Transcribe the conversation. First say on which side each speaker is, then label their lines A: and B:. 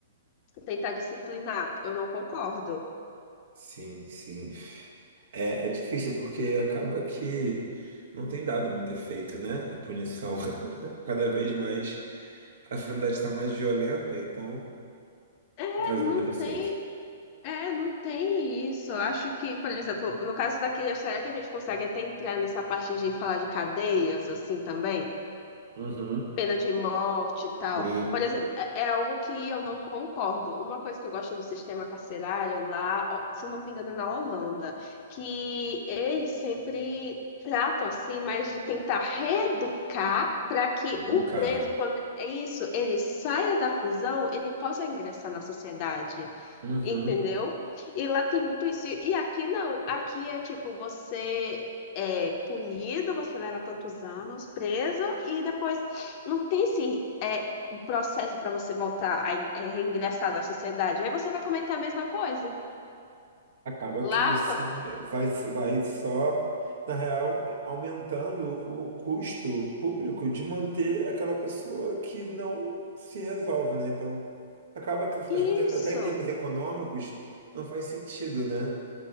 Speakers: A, on the left; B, on the right.
A: tentar disciplinar. Eu não concordo.
B: Sim, sim. É, é difícil porque acaba que não tem dado muito efeito, né? A punição. <laughs> Cada vez mais a sociedade está mais violenta, então
A: É,
B: não tá fazendo
A: não
B: muito efeito.
A: tem, é, não tem isso. Eu acho que, por exemplo, no caso daqui, será que a gente consegue até entrar nessa parte de falar de cadeias, assim, também?
B: Uhum.
A: pena de morte e tal.
B: Sim,
A: Por exemplo, é, é algo que eu não concordo. Uma coisa que eu gosto do sistema carcerário lá, ó, se não me engano, é na Holanda, que eles sempre tratam assim, mas de tentar reeducar para que
B: educar.
A: o preso, quando é isso, ele saia da prisão, ele possa ingressar na sociedade.
B: Uhum.
A: Entendeu? E lá tem muito isso. E aqui não. Aqui é tipo, você é punido, você leva tantos anos preso, e depois não tem esse é, um processo para você voltar a en- é, reingressar na sociedade. Aí você vai cometer a mesma coisa.
B: Acaba
A: Lá,
B: que você
A: pô,
B: vai, vai só, na real, aumentando o custo público de manter aquela pessoa que não se resolve, né? Então, acaba que, afinal
A: isso.
B: de contas, até em termos econômicos, não faz sentido, né?